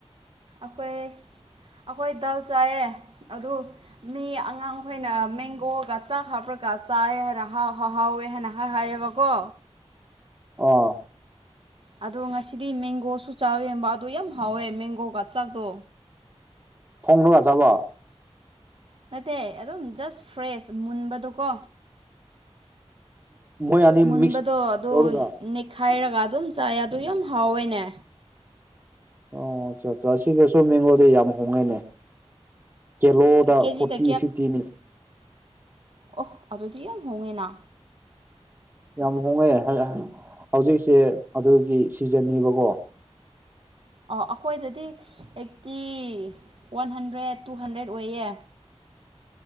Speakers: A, on the right; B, on the right.
A: ꯑꯩꯈꯣꯏ ꯑꯩꯈꯣꯏ ꯗꯥꯜ ꯆꯥꯏꯌꯦ ꯑꯗꯨ ꯃꯤ ꯑꯉꯥꯡ ꯃꯈꯩꯅ ꯃꯦꯡꯒꯣꯒ ꯆꯥꯛ ꯍꯥꯞꯔꯒ ꯆꯥꯏꯌꯦ ꯍꯥꯏꯅ ꯍꯥꯎ ꯍꯍꯥꯎꯋꯦ ꯍꯥꯏꯅ ꯍꯥꯏꯌꯦꯕꯀꯣ
B: ꯑꯣ
A: ꯑꯗꯣ ꯉꯁꯤꯗꯤ ꯃꯦꯡꯒꯣꯁꯨ ꯆꯥꯋꯦꯕ ꯑꯗꯣ ꯌꯥꯝ ꯍꯥꯎꯋꯦ ꯃꯦꯡꯒꯣꯒ ꯆꯥꯛꯇꯣ
B: <unintelligible>
A: ꯅꯠꯇꯦ ꯑꯗꯨꯝ ꯖꯁ ꯐ꯭ꯔꯦꯁ ꯃꯨꯟꯕꯗꯨꯀꯣ
B: ꯃꯣꯏ ꯑꯅꯤ ꯃꯤꯛꯁ
A: ꯃꯨꯟꯕꯗꯨ ꯑꯗꯨ
B: ꯇꯧꯔꯒ
A: ꯅꯤꯛ ꯈꯥꯏꯔꯒ ꯑꯗꯨꯝ ꯆꯥꯏ ꯑꯗꯨ ꯌꯥꯝ ꯍꯥꯎꯋꯤꯅꯦ
B: ꯑꯣ ꯑꯆꯥ ꯑꯠꯆꯥ ꯑꯁꯤꯗꯁꯨ ꯃꯦꯡꯒꯣꯗꯤ ꯌꯥꯝ ꯍꯣꯡꯉꯦꯅꯦ ꯀꯦꯂꯣꯗ
A: ꯀꯦꯖꯤꯗ
B: ꯐꯣꯔꯇꯤ ꯐꯤꯐꯇꯤꯅꯤ
A: ꯑꯣꯍ ꯑꯗꯨꯗꯤ ꯌꯥꯝ ꯍꯣꯡꯉꯦꯅ
B: ꯌꯥꯝ ꯍꯣꯡꯉꯦ ꯍꯧꯖꯤꯛꯁꯦ ꯑꯗꯨꯒꯤ ꯁꯤꯖꯟꯅꯦꯕꯀꯣ
A: ꯑꯣ ꯑꯈꯣꯏꯗꯗꯤ ꯑꯩꯠꯇꯤ ꯋꯥꯟ ꯍꯟꯗ꯭ꯔꯦꯠ ꯇꯨ ꯍꯟꯗ꯭ꯔꯦꯠ ꯑꯣꯏꯌꯦ